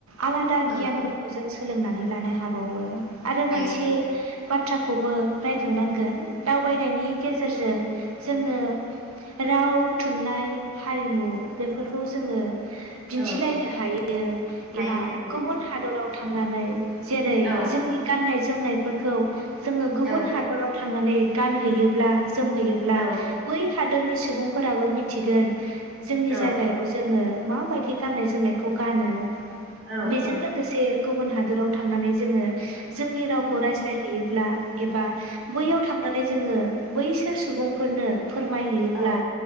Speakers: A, on the right (about 85°); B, on the right (about 50°).
A: आलादा
B: औ
A: गियानफोरखौ जों सोलोंनानै लानो हाबावो आरो
B: हायो
A: मोनसे
B: नंगौ
A: बाथ्रा खौबो रायखांनांगोन दावबायनायनि गेजेरजों जोङो राव थुनलाइ हारिमु बेफोरखौ जोङो दिन्थिलायनो
B: औ
A: हायो
B: हायो
A: एबा
B: नंगौ
A: गुबुन
B: थारैनो
A: हादराव थांनानै जेरै
B: औ
A: जोंनि गाननाय जोम जोमनायफोरखौ जोङो गुबुन
B: औ
A: हादराव थांनानै गानहैयोब्ला जोमहैयोब्ला
B: औ
A: बै हादोरनि सुबुंफोराबो मिथिगोन जोंनि
B: औ
A: जायगायाव जोङो माबायदि गाननाय जोमनायखौ गानो
B: औ
A: बेजों
B: औ
A: लोगोसे गुबुन हादराव थांनानै जोङो जोंनि रावखौ रायज्लायहैयो ब्ला एबा बैयाव थांनानै जोङो बैसोर सुबुंफोरनो फोरमायहैयोब्ला
B: औ